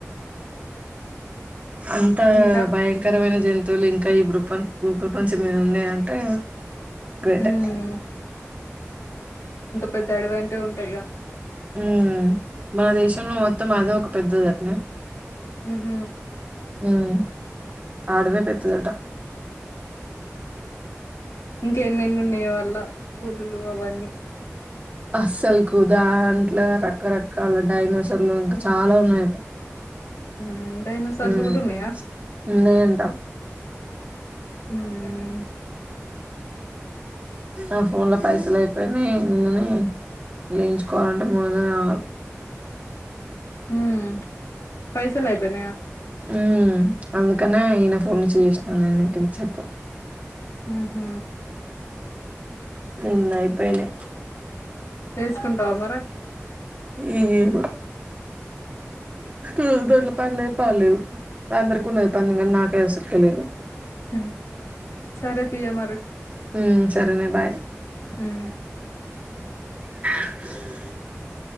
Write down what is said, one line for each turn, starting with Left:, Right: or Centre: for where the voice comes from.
Right: అంత
Left: ఇంకా
Right: భయంకరమైన జంతు తులు ఇంకా ఈ ప్రుపంచ భూ ప్రపంచం మీద ఉన్నయటే గ్రేటె
Left: హ్మ్ పెద్దడివంట ఉంటయిగ
Right: ఉ మన దేశంలో మొత్తం అదో ఒక పెద్దదట
Left: మ్హ్
Right: ఉం ఆ ఆడవే పెద్దదట
Left: ఇంకెన్నెన్ని ఉన్నాయో అల్లా పులులు అవన్నీ
Right: అస్సలుకు దాంట్లో రకరకాల డైైనాసర్లు ఇంకా చాలా ఉన్నాయట
Left: హ్మ్ డైనోసార్లు
Right: మ్
Left: కూడా ఉన్నాయా
Right: ఉన్నయంట
Left: ఉం
Right: నా ఫోన్ ల పైసల్ అయిపోయినయి నిన్ననె ఏయించుకోవాలంటే మూడ్ ఒందల్గావాలె
Left: మ్ పైసల్ అయిపోయినయా
Right: ఉ అందుకనే ఈయన ఫోన్ నుంచి చేసినాను నేనుంత చెప్పు
Left: ఆహ
Right: నిన్న అయిపోయినాయి
Left: వేసుకుంటావా మరా
Right: ఏ బ ూ దొడ్ల పనులే పాలలేదు అందరికిన్నది పంద కానీ నాకే అసలు తెలి లేదు
Left: హ్మ్ సరే తీయ మరి
Right: ఉ సరేన బాయ్
Left: హ్మ్
Right: ఏ